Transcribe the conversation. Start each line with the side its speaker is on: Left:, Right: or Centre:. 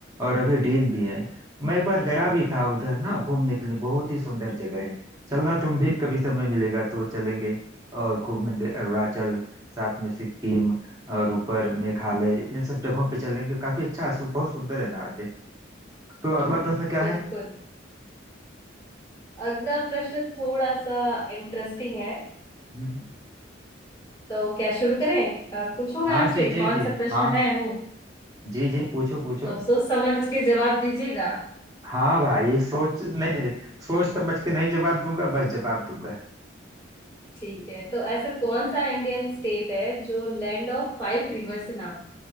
Right: और अभी डीन भी है मैं एक बार गया भी था उधर ना घूमने के लिए बहुत ही सुंदर जगह है चलना तुम भी कभी समय मिलेगा तो चलेंगे और घूमेंगे अरुणाचल साथ में सिक्किम और ऊपर मेघालय इन सब जगहों पे चलेंगे काफी अच्छा सु- बहुत सुंदर है नॉर्थ ईस्ट तो अगला प्रश्न क्या
Left: बिल्कुल
Right: है
Left: अगला प्रश्न थोड़ा सा इंटरेस्टिंग है
Right: हम्म,
Left: तो क्या शुरू करें अ, पूछूं मैं
Right: हाँ
Left: आपसे
Right: जी जी
Left: कौन
Right: जी
Left: सा प्रश्न
Right: हाँ
Left: है वो
Right: जी जी पूछो पूछो
Left: तो सोच समझ के जवाब दीजिएगा
Right: हाँ भाई सोच नहीं नहीं सोच समझ के नहीं जवाब दूंगा बस जवाब दूंगा
Left: ठीक है तो ऐसा कौन सा इंडियन स्टेट है जो लैंड ऑफ फाइव रिवर से नाम